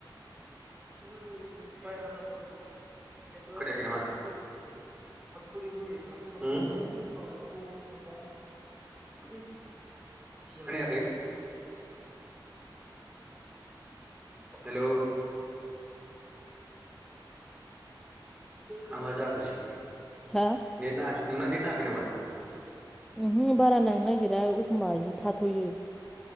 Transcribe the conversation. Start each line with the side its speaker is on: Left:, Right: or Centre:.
Right: ओरै बाय हाथाफोर जेनबा <unintelligible> <unintelligible> ओरै खाथियावदों खामनायफोरखौ मोनबा <unintelligible> खोनायाखै हेलौ हा मा जाखोसै
Centre: हा
Right: नेथ ना नोंना नेथ नाङाखै नामा?
Centre: उमहो बारा नांनो नागिरा एखमबा बिदि थाथ'यो।